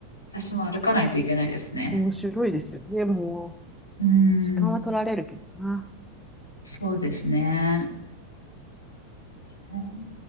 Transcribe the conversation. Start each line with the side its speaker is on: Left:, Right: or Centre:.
Left: 私も歩かないといけないですね。
Centre: 面白いですよね。も
Left: うーん。
Centre: う、時間は取られるけどな。
Left: そうですね。へー